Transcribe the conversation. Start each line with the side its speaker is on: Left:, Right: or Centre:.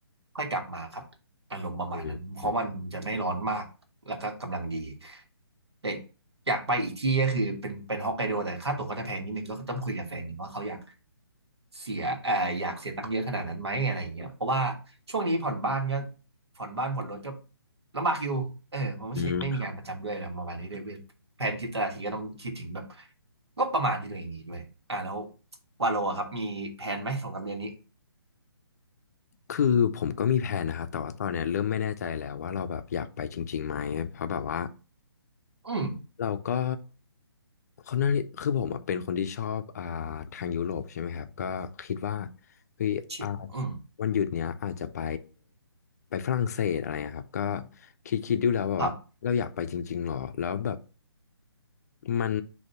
Right: ค่อยกลับมาครับอารมณ์ประมาณนั้นเพราะมันจะไม่ร้อนมากแล้วก็กำลังดี
Left: อืมอืม
Right: แต่อยากไปอีกที่ก็คือเป็นเป็นฮอกไกโดแต่ค่าตั๋วก็จะแพงนิดนึงก็ต้องคุยกับแฟนหนึ่งว่าเขาอยากเสียเอ่ออยากเสียตังค์เยอะขนาดนั้นไหมอะไรอย่างเงี้ยเพราะว่าช่วงนี้ผ่อนบ้านก็ผ่อนบ้านผ่อนรถก็ ลำบากอยู่เออเพราะไม่ใช่ไม่มีงานประจำด้วยแล้วประมาณนี้ด้วยเว้ยแผนทริปแต่ละทีก็ต้องคิดถึงแบบ
Left: อืมครับ
Right: ก็ประมาณที่ตัวเองมีด้วยอ่าแล้ววาโลอะครับมีแผนไหมสองสามเดือนนี้
Left: คือผมก็มีแผนนะครับแต่ว่าตอนเนี้ยเริ่มไม่แน่ใจแล้วว่าเราแบบอยากไปจริงๆไหมเพราะแบบว่า
Right: อืม
Left: เราก็คนนั้นคือผมอะเป็นคนที่ชอบอ่าทางยุโรปใช่ไหมครับก็คิดว่าเฮ้ยอ่า
Right: ชิอืม
Left: วันหยุดเนี้ยอาจจะไปไปฝรั่งเศสอะไรอะครับก็คิดคิดดูแล้วแบบว่าเราอยากไปจริงๆหรอแล้วแบบ
Right: ครับ
Left: มัน